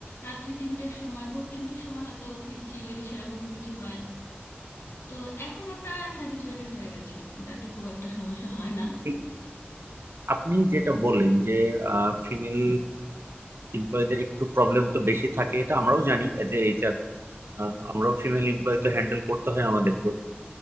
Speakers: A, on the left; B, on the right.
A: রাত্রি তিনটের সময় ভোর তিনটের সময় হয়তো ফিরছি যদি সেরকম কিছু হয় তো এখন ওটা হ্যাবিচুয়েটেড হয়ে গেছে ওটাতে খুব একটা সমস্যা হয় না
B: এই আপনি যেটা বললেন যে ফিমেল এমপ্লয়ীদের একটু প্রবলেম তো বেশি থাকে এটা আমরাও জানি এজ এ এইচআর আমরাও ফিমেল এমপ্লয়ী তো হ্যান্ডেল করতে হয় আমাদেরকেও